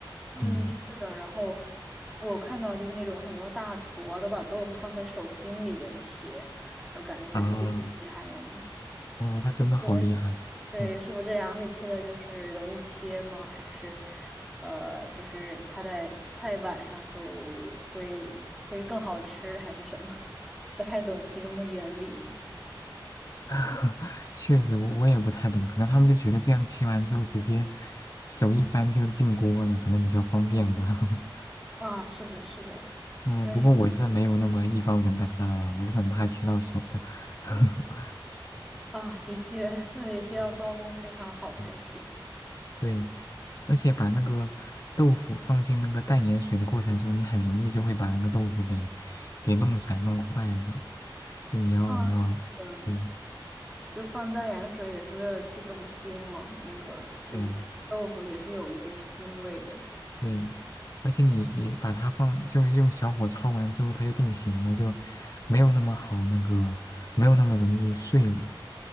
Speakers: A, in the centre; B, on the left (about 45°).
A: 嗯，
B: 嗯
A: 是的。然后我看到就是那种很多大厨啊，都把豆腐放在手心里边切，然后感觉特别厉害呀。
B: 啊哦，那真的好厉害。
A: 对，<laughs> 对，
B: 嗯。
A: 是不是这样会切的，就是容易切吗？还是呃，就是它在菜板上就会会更好吃，还是什么？<laughs> 不太懂其中的原理。
B: <laughs> 确实，我我也不太懂，可能他们就觉得这样切完之后直接手一翻就进锅了，可能比较方便吧。<laughs>
A: 啊，是的，是的，
B: 嗯，
A: 那也
B: 不过我是没有那么艺高人胆大吧，我是很怕切到手的。<laughs>
A: 啊，的确，那也需要刀工非常好才行。
B: 嗯嗯对，而且把那个豆腐放进那个淡盐水的过程中，你很容易就会把那个豆腐给给弄散、弄坏的。就你要你要对
A: 啊，是的。就放淡盐水也是为了去豆腥嘛，那个就豆腐也是有一些腥味的。
B: 对呀、对，而且你你把它放，就是用小火焯完之后，它就定型了，就没有那么好那个，没有那么容易碎了。